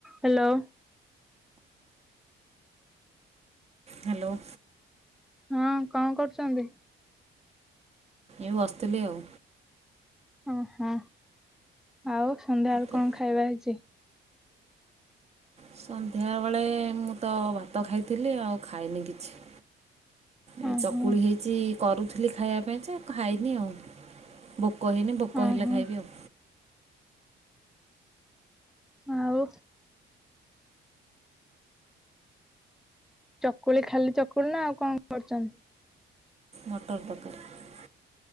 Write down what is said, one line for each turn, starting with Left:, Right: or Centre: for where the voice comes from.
Centre: ହ୍ୟାଲୋ।
Right: ହ୍ୟାଲୋ।
Centre: ହଁ କଣ କରୁଛନ୍ତି।
Right: ଏ ବସିଥିଲି ଆଉ।
Centre: ଓହୋ ଆଉ ସନ୍ଧ୍ୟାବେଳ
Right: ତ
Centre: କଣ ଖାଇବା ହେଇଛି।
Right: ସନ୍ଧ୍ୟାବେେଳେ ମୁଁ ତ ଭାତ ଖାଇଥିଲି ଆଉ ଖାଇନି କିଛି। ଏଇ
Centre: ଓହୋ
Right: ଚକୁଳି ହେଇଛି। କରୁଥିଲି ଖାଇବା ପାଇଁ ଯେଉ ଖାଇନି ଆଉ ଖାଇନି। ଭୋକ ହେନି ଭୋକ
Centre: ଓହୋ
Right: ହେଲେ ଖାଇବି ଆଉ।
Centre: ଆଉ। ଚକୁଳି ଖାଲି ଚକୁଳି ନା ଆଉ କଣ କରୁଛନ୍ତି।
Right: ମଟର ତରକାରୀ।